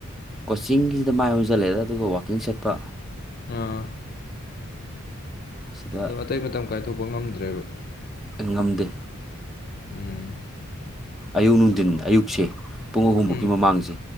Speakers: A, in the centre; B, on the left.
A: ꯀꯣꯆꯤꯡꯒꯤꯖꯤꯗ ꯃꯥꯏ ꯑꯣꯟꯖꯜꯂꯦꯗ ꯑꯗꯨꯒ ꯋꯥꯛꯀꯤꯡ ꯆꯠꯄ
B: ꯑꯥ
A: ꯁꯤꯗ
B: ꯑꯗꯨ ꯑꯇꯩ ꯃꯇꯝ ꯀꯥꯏꯊꯣꯛꯄ ꯉꯝꯗ꯭ꯔꯦꯕ
A: ꯑꯩ ꯉꯝꯗꯦ
B: ꯎꯝ
A: ꯑꯌꯨꯛ ꯅꯨꯡꯊꯤꯟ ꯑꯌꯨꯛꯁꯦ ꯄꯨꯡ ꯑꯍꯨꯝꯃꯨꯛꯀꯤ
B: ꯎꯝ
A: ꯃꯃꯥꯡꯁꯦ